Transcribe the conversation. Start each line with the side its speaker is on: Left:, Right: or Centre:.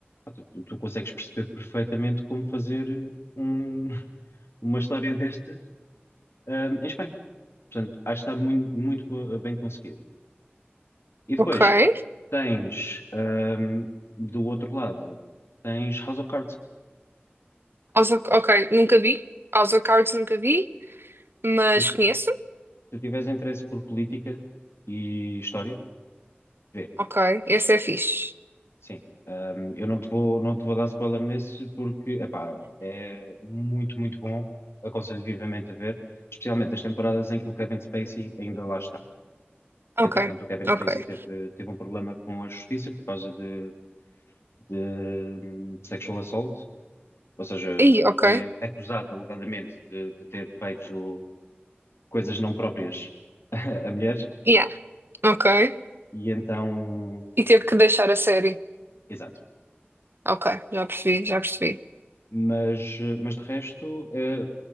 Left: tu, tu consegues perceber perfeitamente como fazer um- <laughs> uma história destas hum, em Espanha. Portanto, acho que está muito, muito bo- bem conseguido. E depois
Right: ok.
Left: tens, hum, do outro lado, tens House of Cards.
Right: House of- ok, nunca vi. House of Cards nunca vi, mas
Left: Se,
Right: conheço.
Left: se tiveres interesse por política e história, vê.
Right: Ok, esse é fixe.
Left: Sim. Hum, eu não te vou, não te vou dar spoiler nesse porque, epá, é muito, muito bom. Aconselho vivamente a ver, especialmente as temporadas em que o Kevin Spacey ainda lá está. Porque,
Right: Ok,
Left: entretanto, o Kevin Spacey
Right: ok.
Left: teve, teve um problema com a justiça por causa de, de hum, sexual assault Ou seja,
Right: Ih, ok.
Left: foi acusado alegadamente de, de ter feito coisas não próprias <laughs> a mulheres,
Right: Yeah, ok.
Left: e então,
Right: E teve que deixar a série.
Left: exato.
Right: Ok, já percebi, já percebi.
Left: Mas, eh, mas de resto, eh,